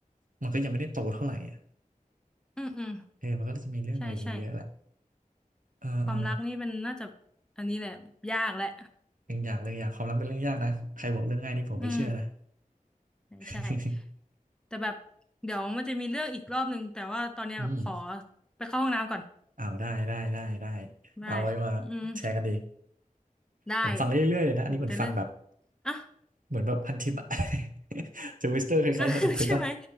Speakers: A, on the right (about 65°); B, in the centre.
A: มันก็ยังไม่ได้โตเท่าไหร่อ่ะ
B: อืมอืม
A: เออมันก็จะมีเรื่องอะไรอย่างเงี้ยเยอะแหละ
B: ใช่ใช่
A: เออเออ
B: ความรักนี่มันน่าจะอันนี้แหละยากแหละ
A: อย่างอย่างเลยอยากความรักเป็นเรื่องยากนะใครบอกเรื่องง่ายนี่ผมไม่เชื่อนะ
B: อืมใช่ใช่
A: <laughs>
B: แต่แบบเดี๋ยวมันจะมีเรื่องอีกรอบนึงแต่ว่าตอนเนี้ยแบบขอ
A: อืม
B: ไปเข้าห้องน้ำก่อน
A: เอาได้ได้ได้ได้
B: ได้
A: เอาไว้มาแชร์กันดี
B: อืมได้
A: ผมฟังเรื่อยๆเลยนะ
B: โหแต่เรื่อง
A: อันนี้เหมือนฟังแบบ
B: อ่ะ <laughs>
A: เหมือนแบบพันทิปอะ <laughs> จะวิสเตอร์คล้ายๆพันทิปอะ
B: อ่ะ <laughs> ใช่ไหม